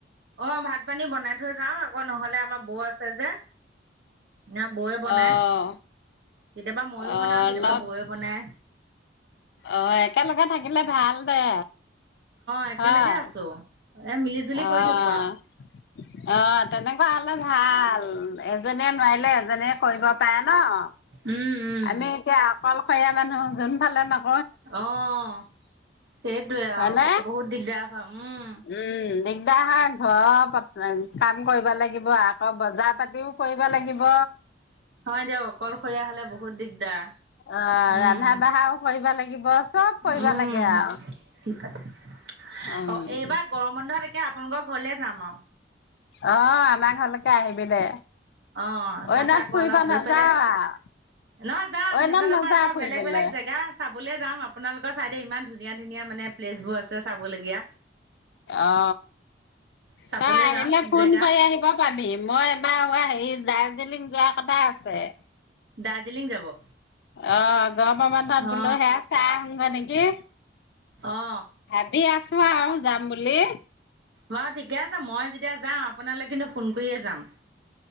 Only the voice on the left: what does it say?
অ',
অ',
লগ
অ' একেলগে থাকিলে ভাল দে
হয়।
অ',
অ', তেনেকুৱা হ'লে ভাল এজনীয়ে নোৱাৰিলে এজনীয়ে কৰিব পাৰে ন' অ'
আমি এতিয়া অকলশৰীয়া মানুহ যোনফালে নক
হয়নে?
উম, দিগদাৰ হয় ঘৰৰ কাম কৰিব লাগিব আকৌ বজাৰ পাতিও কৰিব লাগিব।
অহ
ৰন্ধা বঢ়াও কৰিব লাগিব চব কৰিব
লাগে আৰু
উম।
অ আমাৰ ঘৰলৈকে আহিবি দে।
অইনত
ফুৰিবা
নাযাৱ
আৰু?
অইনত
নাযাওঁ
ফুৰিবলৈ।
অ
তই আহিলে
ফোন
কৰি আহিব পাৰ বি মই এবাৰ হোৱা হেৰি দাৰ্জিলিং যোৱা কথা আছে।
অ গৰমৰ বন্ধ
বোলো হেয়া চাই আহো গৈ নেকি
ভাবি আছো আৰু যাম বুলি।